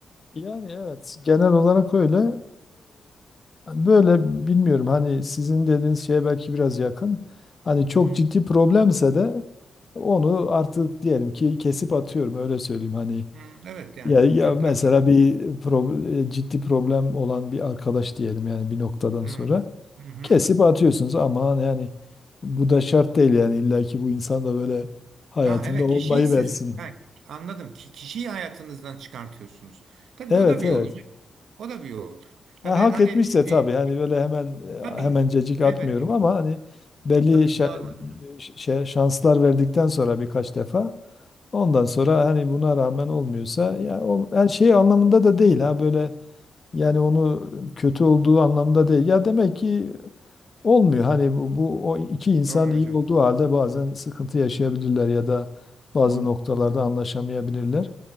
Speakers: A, on the left (about 50°); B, on the right (about 75°).
A: Yani evet genel olarak öyle. Eee, böyle bilmiyorum hani sizin dediğiniz şeye belki biraz yakın. Hani çok
B: Hı hı.
A: ciddi problemse de onu artık diyelim ki kesip atıyorum öyle söyleyeyim hani.
B: Hı, evet yani
A: Ya, ya
B: evet
A: mesela
B: akıl
A: bir prob- e, ciddi problem olan bir arkadaş diyelim yani bir noktadan
B: hı.
A: sonra
B: Hı hı.
A: kesip atıyorsunuz ama yani bu da şart değil yani illa ki bu insan da böyle hayatımda
B: Tamam evet
A: olmayı
B: kişiyi siz
A: versin.
B: ha, anladım ki kişiyi hayatınızdan çıkartıyorsunuz. Tabii
A: Evet
B: ki o da bir
A: evet.
B: yol. O da bir yol. Ya
A: Ya
B: ben
A: hak
B: hani
A: etmişse
B: bir
A: tabii hani böyle hemen
B: tabii
A: e, hemen cecik atmıyorum
B: elbette ki
A: ama
B: hocam.
A: hani belli
B: Tabii
A: şey,
B: ki normal hocam.
A: şey- şanslar verdikten sonra birkaç defa ondan sonra hani buna rağmen olmuyorsa ya ol- her şey anlamında da değil ha böyle yani onu kötü olduğu anlamda değil. Ya demek ki olmuyor hani bu, bu o iki insan
B: Doğru
A: iyi
B: hocam.
A: olduğu halde bazen sıkıntı yaşayabilirler ya da bazı
B: On,
A: noktalarda anlaşamayabilirler.